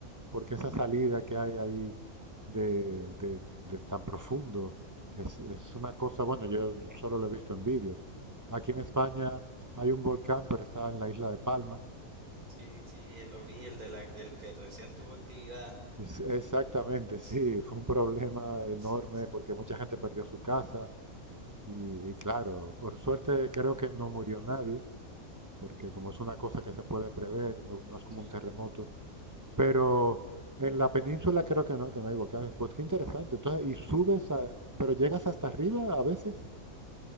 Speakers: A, on the right; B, on the right.
A: porque esa salida que hay ahí de, de- de tan profundo es, es una cosa, bueno, yo solo lo he visto en vídeos. Aquí en España hay un volcán, pero está en la isla de Palma.
B: Sí, sí, eh, lo vi, el de la, del que recién tuvo actividad.
A: Es- exactamente,
B: Sí,
A: sí, fue un problema enorme
B: sí, sí.
A: porque mucha gente perdió su casa y, y claro, por suerte creo que no murió nadie, porque como es una cosa que se puede prever, no no es como
B: Sí.
A: un terremoto. Pero en la península creo que no, que no hay volcanes. Pues qué interesante. Entonces, y subes a, pero llegas hasta arriba a veces.